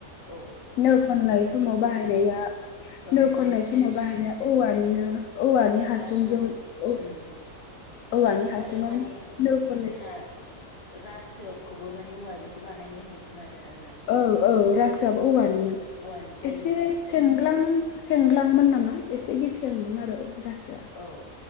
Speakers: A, on the left (about 45°); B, on the left (about 75°).
A: औ
B: नो खननाय
A: गनसि
B: समाव बाहायनाया
A: औ
B: नो
A: गनसि
B: खननाय समाव बाहायनाया औवानि औवानि हासुंजों
A: हासुं
B: औ
A: उम
B: औवानि हासुङाव
A: आरो माने
B: नोखौ
A: गोदोना रासखौबो माने औवाजोंसो बानायो होननाय खोनादो आरो
B: औ औ रासोआबो औवानिमोन
A: औवानि जायोमोननो
B: एसे सेंग्लां सेंग्लाङमोन नामा एसे गेसेंमोन आरो रासोआ
A: औ